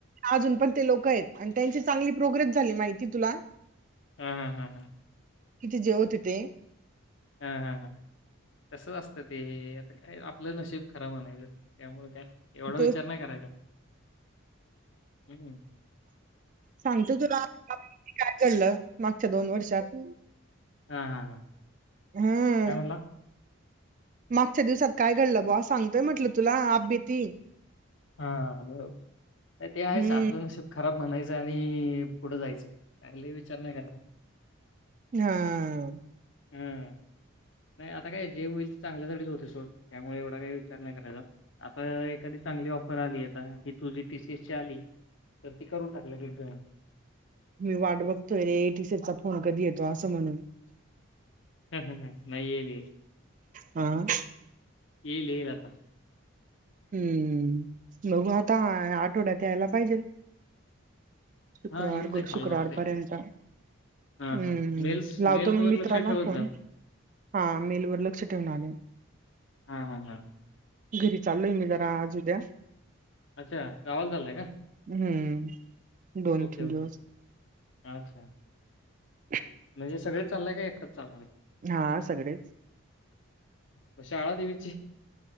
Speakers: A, on the right; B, on the left.
A: अजून पण ते लोक आहेत आणि त्यांची चांगली प्रोग्रेस झाली माहिती तुला
B: हम्म हम हम् हम
A: किती जेवतेि ते
B: हा हा तसच असतं ते आता काय आपलं नशीब खरा म्हणायचं त्यामुळे काय एवढा
A: तेच
B: विचार नाही करायचा हम्
A: सांगतो तुला काय कडलं मागच्या दोन वर्षात
B: हा हा हा
A: हं.
B: काय म्हणला
A: मागच्या दिवसात काय घडलं बावा सांगतोय म्हटलं तुला आपभीती
B: हा बरोबर ते आहेच
A: हं.
B: आपलं नसेब खराब म्हणायचं आणि पुढं जायचं काला विचार नाही करा
A: हा <inaudible>
B: हम्म <inaudible> नाही आता काय जे होईल ते चांगल्यासाठीच होते सोड त्यामुळे एवढा काही विचार नाही करायचा आता एखादी चगलीऑ आली आता ही तुझी टीसी एस ची आली तर ती करून टाकलं ग
A: मी वाट बघतोय रे एटी सीचा फोन कधी येतो असं म्हणून
B: हम् हम ह नाही येर
A: हं <unintelligible>
B: ये ल राहता
A: हम्म बघ आता आठवड्यात यायला पाहिजे शुक्रवार
B: हां येऊन जाईल
A: गुड
B: मला
A: शुक्रवार
B: वाटतंय.
A: पर्यंत
B: हां,
A: हम्म
B: हां. मेल्स
A: लावतो
B: मेल्सवर
A: मी मित्राला
B: लक्ष ठेवत
A: फोन
B: जा.
A: हा मेलवर लक्ष ठेवून आले
B: हम् हम् हम्
A: घरी चालोय मी जराज उद्या
B: अच्छा गावाला चाललाय का?
A: हम्म दोन
B: ओके,
A: तीन
B: ओके.
A: दिवस
B: अच्छा
A: <inaudible>
B: णे सग चालय एकच चाणार
A: हा सगळेच
B: मशाळा देवीश ची